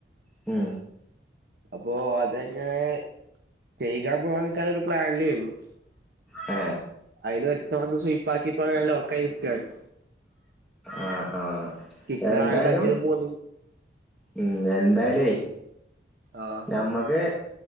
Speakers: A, in the centre; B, on the right.
A: മ്
B: അപ്പോ അതങ്ങനെ കെയ്കാൻ പോവാ നിക്കാനെരു പ്ലാനിലാരുന്നു.
A: ആ
B: അയിലൊരുത്തൻ വന്ന് സുയിപ്പാക്കിപ്പങ്ങനെ ലോക്കായ് നിക്കാണ്.
A: ആഹ് ആഹ്
B: ഇക്കറായ്ക്ക
A: എന്തായാലും
B: ജ്നുപോന്ന്‌.
A: ഉം എന്തായ്ലുവേ
B: ആഹ്
A: നമ്മക്ക്